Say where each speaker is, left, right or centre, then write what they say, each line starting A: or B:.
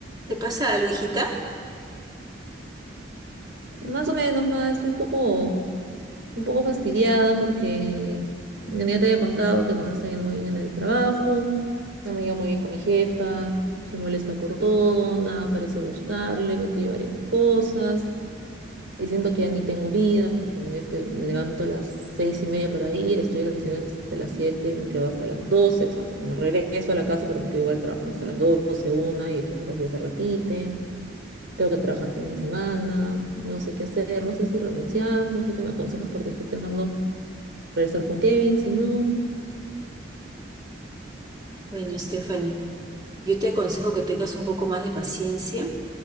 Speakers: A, on the right (about 20°); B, on the right (about 65°).
A: ¿Te pasa algo, hijita?
B: Más o menos, más, estoy un poco, un poco fastidiada porque ya ya te había contado que no me está yendo muy bien en el trabajo, no me llevo muy bien con mi jefa, se molesta por todo, nada parece gustarle, me pide varias cosas y siento que ya ni tengo vida porque me ves que me levanto a las seis y media para ir, estoy en la oficina hasta las siete y me quedo hasta las doce, o sea, bueno, regreso a la casa pero me quedo igual trabajando hasta las doce, una y pues los días se repiten. Tengo que trabajar fines de semana, no sé qué hacer, no sé si renunciar, no sé qué me aconsejas porque estoy pensando regresar con Kevin, si no.
A: Bueno, Stephanie, yo te aconsejo que tengas un poco más de paciencia,